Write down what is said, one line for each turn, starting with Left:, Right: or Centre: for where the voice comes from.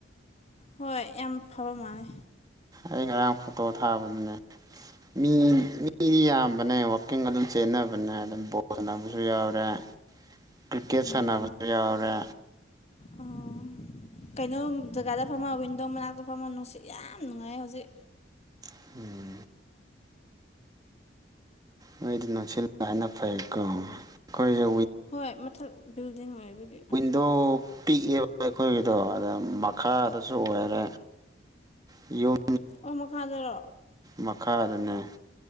Left: ꯍꯣꯏ ꯌꯥꯝ ꯐꯕ ꯃꯥꯜꯂꯦ
Right: ꯑ ꯉꯔꯥꯡ ꯐꯣꯇꯣ ꯊꯥꯕꯗꯨꯅꯦ ꯃꯤ ꯃꯤꯗꯤ ꯌꯥꯝꯕꯅꯦ ꯋꯥꯛꯀꯤꯡ ꯑꯗꯨꯝ ꯆꯦꯟꯅꯕꯅꯦ ꯑꯗꯨꯝ ꯕꯣꯜ ꯁꯥꯟꯅꯕꯁꯨ ꯌꯥꯎꯔꯦ ꯀ꯭ꯔꯤꯛꯀꯦꯠ
Left: ꯎꯝ
Right: ꯁꯥꯟꯅꯕꯁꯨ ꯌꯥꯎꯔꯦ
Left: ꯑꯣ ꯀꯩꯅꯣ ꯖꯒꯥꯗ ꯐꯝꯃ ꯋꯤꯟꯗꯣ ꯃꯅꯥꯛꯇ ꯐꯝꯃ ꯅꯨꯡꯁꯤꯠ ꯌꯥꯝ ꯅꯨꯡꯉꯥꯏ ꯍꯧꯖꯤꯛ
Right: <inaudible> ꯅꯣꯏꯗꯤ ꯅꯨꯡꯁꯤꯜꯂ ꯍꯥꯏꯅ ꯐꯩꯀꯣ ꯑꯩꯈꯣꯏꯁꯦ
Left: ꯍꯣꯏ ꯃꯊꯛ ꯕꯤꯜꯗꯤꯡ ꯑꯣꯏꯕꯒꯤ
Right: ꯑꯗꯣ ꯄꯤꯛꯑꯦꯕ ꯑꯩꯈꯣꯏꯒꯤꯗꯣ ꯑꯗ ꯃꯈꯥꯗꯁꯨ ꯑꯣꯏꯔꯦ ꯌꯨꯝ
Left: ꯑꯣ ꯃꯈꯥꯗꯔꯣ
Right: ꯃꯈꯥꯗꯅꯦ